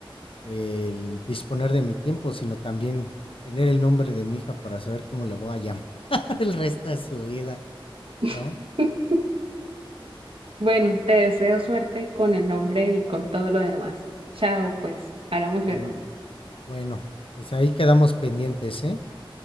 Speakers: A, on the left; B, on the right.
A: el disponer de mi tiempo, sino también tener el nombre de mi hija para saber cómo le voy a llamar <laughs> el resto de su vida,
B: <laughs>
A: ¿no?
B: Bueno, te deseo suerte con el nombre y con todo lo demás. Chao, pues, hablamos luego.
A: Mm, bueno, pues ahí quedamos pendientes, ¿eh?